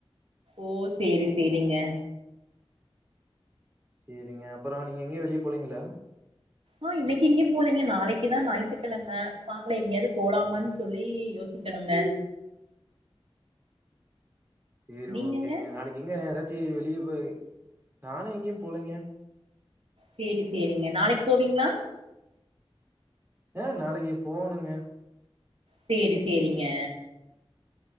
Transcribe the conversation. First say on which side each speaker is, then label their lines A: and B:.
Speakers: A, on the right; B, on the right.
A: ஓ சேரி சேரிங்க.
B: சேரிங்க அப்பறோ நீங்க எங்கேயு வெளியே போலீங்களா.
A: ஒ இன்னைக்கு இங்கயு போலீங்க நாளைக்குதா ஞாயித்துக்கெழம பாக்கல எங்கயாவது போலாமான்னு சொல்லி யோசிக்கணுங்க.
B: சேரி
A: நீங்கங்க
B: ஓகேங்க நாளைக்கி இங்க எதாச் ச்சே வெளியே போயி நானு எங்கேயும் போலங்க.
A: சேரி சேரிங்க நாளக்கி போவீங்களா.
B: ஆ நாளைக்கி போகணுங்க.
A: சேரி சேரிங்க.